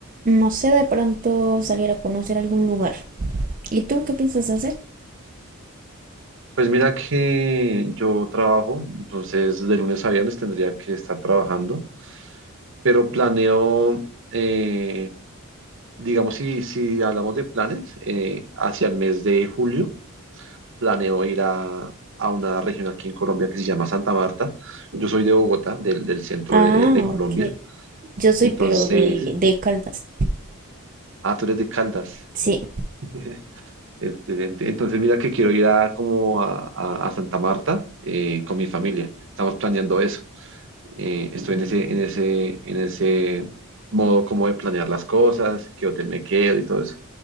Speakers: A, on the right; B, on the right.
A: No sé, de pronto salir a conocer algún lugar. ¿Y tú qué piensas hacer?
B: Pues mira que yo trabajo, entonces de lunes a viernes tendría que estar trabajando, pero planeo, eh, digamos, si, si hablamos de planes, eh, hacia el mes de julio. planeo ir a, a una región aquí en Colombia que se llama Santa Marta. Yo soy de Bogotá, del, del centro
A: Ah,
B: de, de- de Colombia.
A: ok. Yo soy
B: Entonces,
A: pero de, de Caldas.
B: ah, tú eres de Caldas.
A: Sí.
B: <laughs> Excelente. Entonces, mira que quiero ir a como a, a- a Santa Marta eh, con mi familia. Estamos planeando eso. Eh, estoy en ese, en ese, en ese modo como de planear las cosas, qué hotel me quedo y todo eso.